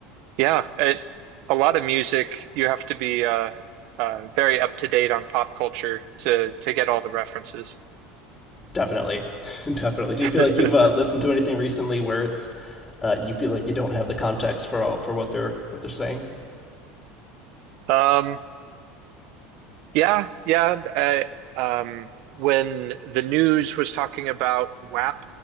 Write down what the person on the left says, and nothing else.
Definitely, <laughs> definitely. Do
you feel like you've uh, listened to anything recently where it's uh, you feel like you don't have the context for all for what they're what they're saying?